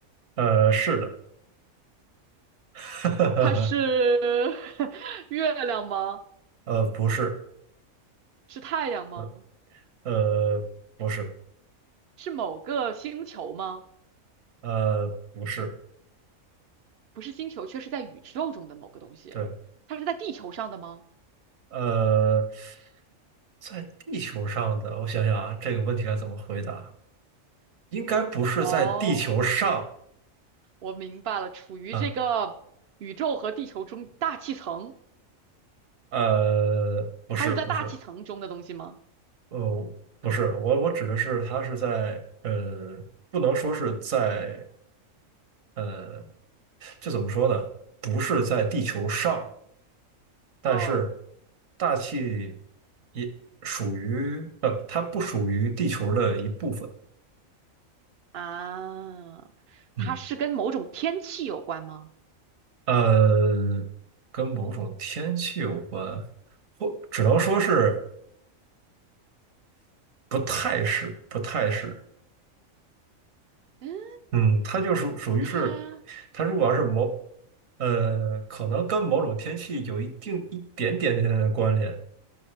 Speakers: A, on the right (about 75°); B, on the right (about 55°).
A: 呃，是的，<laughs>
B: 它是 <laughs> 月亮吗？
A: 呃，不是，
B: 是太阳吗？
A: 呃，呃，不是，
B: 是某个星球吗？
A: 呃，不是，
B: 不是星球，却是在宇宙中的某个东西。
A: 对。
B: 它是在地球上的吗？
A: 呃，在地球上的，我想想啊，这个问题该怎么回答？应该不是在地球上
B: 哦，我明白了，处于这个宇宙和地球中大气层，
A: 啊，呃，不是，
B: 它是在大气层中的东西吗？
A: 不是，呃，不是，我我指的是它是在，呃，不能说是在，呃，这怎么说呢？不是在地球上，但是
B: 嗯
A: 大气也属于，呃，它不属于地球的一部分。
B: 啊，它是跟某种天气有关吗？
A: 嗯。呃，跟某种天气有关，或只能说是不太是，不太是。
B: 嗯，
A: 嗯，它就属属于是，
B: 它
A: 它如果要是某，呃，可能跟某种天气有一定一点点点点的关联，